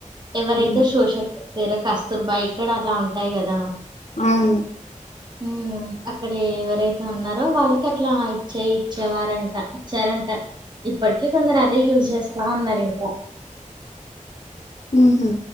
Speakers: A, on the right (about 35°); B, on the left (about 60°).
A: ఎవరైతే
B: ఉమ్
A: సోషల్ వేరే కస్తూర్బాయ్ ఇక్కడ అట్లా ఉంటాయి కదా
B: అవును
A: ఊ అక్కడ ఏవరైతే ఉన్నారో వాళ్ళకి అట్లా ఇచ్చెయ్ ఇచ్చేవారంట ఇచ్చారంట ఇప్పటికి కొందరు అదే యూజ్ చేస్తా ఉన్నారు ఇంకా
B: ఊహు